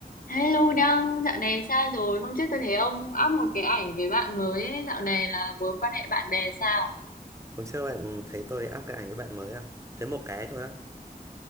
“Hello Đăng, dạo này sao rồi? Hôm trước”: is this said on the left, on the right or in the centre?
Left